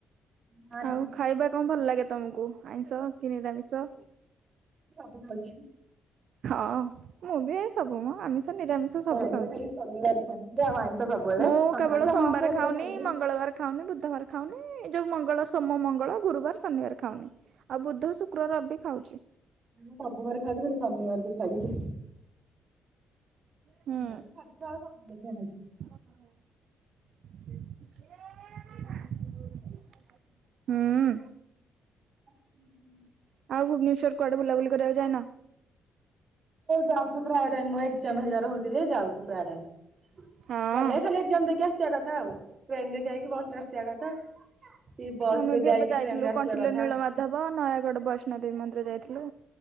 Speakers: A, on the right (about 50°); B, on the right (about 65°).
A: ଗାଁଠି
B: ଆଉ
A: ଭାତ
B: ଖାଇବା କଣ ଭଲ ଲାଗେ ତମୁକୁ ଆଇଷ କି ନିରାମିଷ?
A: ସବୁ ଖାଉଛି।
B: ହଁ ମୁଁ ବି ଏ ସବୁ ମ ଆମିଷ ନିରାମିଷ ସବୁ
A: ଆଇଁଷ
B: ଖାଉଛି।
A: ଖାଲି ଶନିବାର ଖାଉଥିଲି ଆଉ ଆଇଁଷ ସବୁବେଳେ
B: ମୁଁ
A: ସଂକ୍ରାନ୍ତି
B: କେବଳ
A: ଅମାବାସ୍ୟା
B: ସୋମବାର
A: ଏଗୁଡା
B: ଖାଉନି
A: ଛାଡିକି।
B: ମଙ୍ଗଳବାର ଖାଉନି ବୁଧବାର ଖାଉନି ଏ ଯୋଉ ମଙ୍ଗଳ ସୋମ ମଙ୍ଗଳ ଗୁରୁବାର ଶନିବାର ଖାଉନି। ଆଉ ବୁଧ ଶୁକ୍ର ରବି ଖାଉଚି।
A: ମୁଁ ସବୁ ବାର ଖାଉଚି ଖାଲି ଶନିବାରକୁ ଛାଡିକି। <unintelligible>
B: ହୁଁ <unintelligible> ହୁଁ।
A: <inaudible>
B: ଆଉ ଭୁବନେଶ୍ୱର କୁଆଡେ ବୁଲାବୁଲି କରିଆକୁ ଯାଇନ?
A: ଯାଉଚୁ ପ୍ରାୟ ଟାଇମ ଏକଜାମ୍ ହେରିକା ରହୁଛି ଯେ ଯାଉଚୁ ପ୍ରାୟ ଟାଇମ
B: ହଁ।
A: ଗଲେ ଖାଲି ଏ ଏକଜାମ ଦେଇକି ଆସିଆ କଥା ଆଉ ଟ୍ରେନ୍ ରେ ଯାଇକି ବସ୍ ରେ ଆସିଆ କଥା। କି ବସ
B: ଆମେ
A: ରେ
B: ବି
A: ଯାଇକି
B: ଏବେ ଯାଇଥିଲୁ
A: ଟ୍ରେନ ରେ ଆସିବା
B: କଣ୍ଟିଲ
A: କଥା।
B: ନୀଳମାଧବ ନୟାଗଡ଼ ବୈଷ୍ଣୋଦେବୀ ମନ୍ଦିର ଯାଇଥିଲୁ।